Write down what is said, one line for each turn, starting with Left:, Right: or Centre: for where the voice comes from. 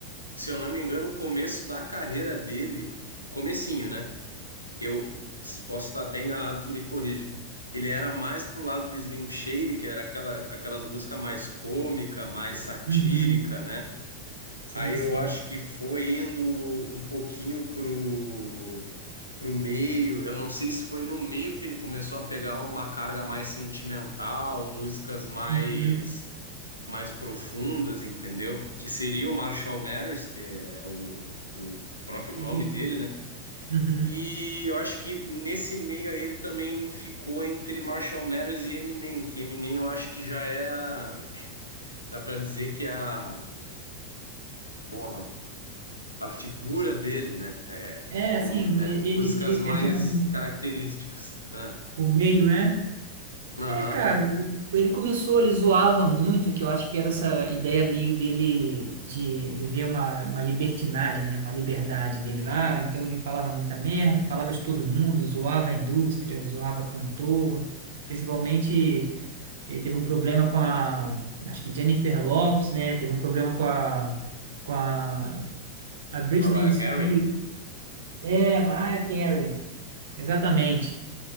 Left: se eu não me engano, o começo da carreira dele, o comecinho, né? Eu se- posso estar até enganado, tu me corrige. Ele era mais pro lado do Slim Shady, que era aquela, aquelas músicas mais cômica, mais satírica,
Right: Uhum,
Left: né?
Right: sim,
Left: Aí
Right: sim.
Left: eu acho que foi indo um pouquinho pro, pro meio. Eu não sei se foi no meio que ele começou a pegar uma carga mais sentimental, músicas mais
Right: Uhum,
Left: mais profundas, entendeu? Que seria o Marshall Mathers, que é o, o próprio nome
Right: isso.
Left: dele, né?
Right: Uhum.
Left: E eu acho que nesse meio aí ele também ficou entre Marshall Mathers e Eminem, que Eminem eu acho que já é a, dá pra dizer que é a, porra, a figura dele, né?
Right: É,
Left: Como-
Right: assim,
Left: é,
Right: ele, ele,
Left: músicas mais
Right: ele- assim, o,
Left: características. Ah,
Right: o meio, né?
Left: Aham.
Right: É, cara, o- ele começou, ele zoava muito, que eu acho que era essa ideia meio dele de viver uma, uma libertinagem, né? Uma liberdade dele lá. Então ele falava muita merda, falava de todo mundo, zoava a indústria, zoava cantor. Principalmente ele teve um problema com a, acho que Jennifer Lopez, né? Teve um problema com a, com a, a Britney
Left: Mariah
Right: Spears.
Left: Carey?
Right: É, Mariah Carey. Exatamente.